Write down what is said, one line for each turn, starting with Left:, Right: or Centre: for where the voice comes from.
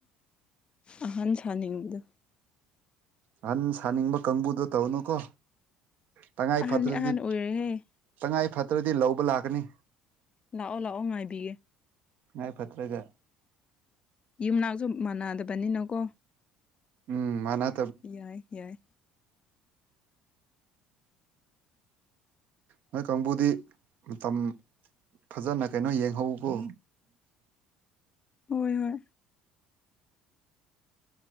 Left: ꯑꯍꯥꯟ ꯁꯥꯅꯤꯡꯕꯗꯣ
Right: ꯑꯍꯟ ꯁꯥꯅꯤꯡꯕ ꯀꯥꯡꯕꯨꯗꯣ ꯇꯧꯅꯨꯀꯣ ꯇꯉꯥꯏ
Left: ꯑꯍꯟꯗꯤ
Right: ꯐꯗ꯭ꯔꯗꯤ
Left: ꯑꯍꯟ ꯑꯣꯏꯔꯦꯍꯦ
Right: ꯇꯉꯥꯏ ꯐꯗ꯭ꯔꯗꯤ ꯂꯧꯕ ꯂꯥꯛꯀꯅꯤ
Left: ꯂꯥꯛꯑꯣ ꯂꯥꯛꯑꯣ ꯉꯥꯏꯕꯤꯒꯦ
Right: ꯇꯉꯥꯢ ꯐꯥꯠꯇ꯭ꯔꯒꯥ
Left: ꯌꯨꯝꯅꯥꯛꯁꯨ ꯃꯥꯟꯅꯗꯕꯅꯤꯅꯀꯣ
Right: ꯎꯝ ꯃꯥꯅ
Left: ꯌꯥꯏ ꯌꯥꯏ
Right: ꯅꯣꯏ ꯀꯥꯡꯕꯨꯗꯤ ꯃꯇꯝ ꯐꯖꯅ ꯀꯩꯅꯣ ꯌꯦꯡꯍꯧꯕꯀꯣ
Left: ꯍꯣꯏ ꯍꯣꯏ